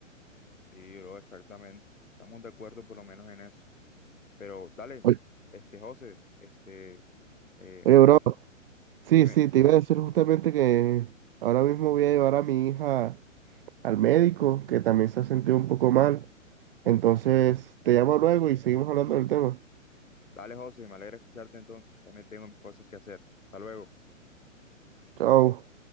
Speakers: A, on the left (about 85°); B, on the right (about 45°).
A: Sí, bro, exactamente. Estamos de acuerdo por lo menos en eso. Pero dale,
B: Oye,
A: este José, este, eh,
B: oye,
A: mo-
B: bro, sí,
A: dime,
B: sí, te iba a decir justamente que ahora mismo voy a llevar a mi hija al médico, que también se ha sentido un poco mal. Entonces, te llamo luego y seguimos hablando del tema.
A: dale José, me alegra escucharte entonces. También tengo mis cosas que hacer. Hasta luego.
B: Chao.